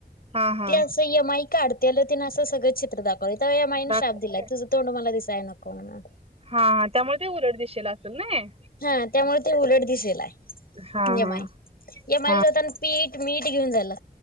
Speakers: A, on the right; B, on the left.
A: हा हा
B: तें आस यमाइ काढतेल तेन असं सगळं चित्र दाख माईने
A: लागतय
B: शाप दिलाय तुं तोंड मला दिस जाय नको म्हणून
A: हा त्यामुळे ते उलट दिशेला असेल नाय
B: हा त्यामुळे ते उलट दिस जलाय
A: हा
B: येमय
A: हा
B: येमयला
A: हा
B: जातन पीठ मीठ घेऊन जायला